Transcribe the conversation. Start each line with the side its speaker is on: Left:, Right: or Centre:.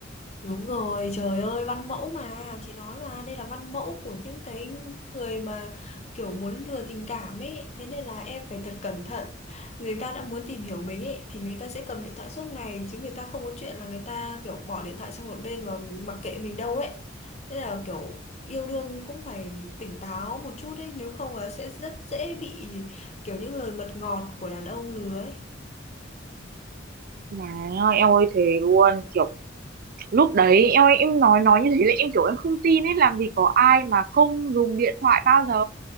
Left: Đúng rồi, trời ơi, văn mẫu mà, chị nói mà, đây là văn mẫu của những cái người mà kiểu muốn lừa tình cảm ấy, thế nên là em phải thật cẩn thận. Người ta đã muốn tìm hiểu mình ấy, thì người ta sẽ cầm điện thoại suốt ngày, chứ người ta không có chuyện là người ta kiểu bỏ điện thoại sang một bên và mặc kệ mình đâu ấy. Thế là kiểu yêu đương cũng phải tỉnh táo một chút ấy, nếu không là sẽ rất dễ bị kiểu những lời mật ngọt của đàn ông lừa ấy.
Right: mà em ơi thế luôn kiểu lúc đấy em em nói nói như thế là em kiểu em không tin ấy làm gì có ai mà không dùng điện thoại bao giờ